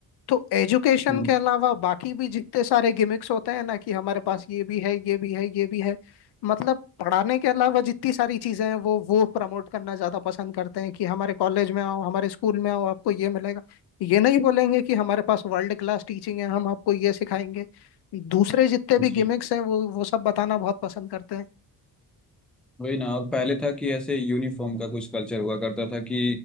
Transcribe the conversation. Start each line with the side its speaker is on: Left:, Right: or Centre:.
Left: तो एजुकेशन
Centre: हम्म।
Left: के अलावा बाकी भी जितने सारे गिमिक्स होते हैं ना कि हमारे पास ये भी है ये भी है ये भी है मतलब पढ़ाने के अलावा जितनी सारी चीजें हैं वो वो प्रमोट करना ज्यादा पसंद करते हैं कि हमारे कॉलेज में आओ हमारे स्कूल में आओ आपको ये मिलेगा ये नहीं बोलेंगे कि हमारे पास वर्ल्ड क्लास टीचिंग है हम आपको ये सिखाएंगे दूसरे जितने भी
Centre: जी
Left: गिमिक्स हैं वो वो सब बताना बहुत पसंद करते हैं
Centre: वही ना और पहले था कि ऐसे यूनिफॉर्म का कुछ कल्चर हुआ करता था कि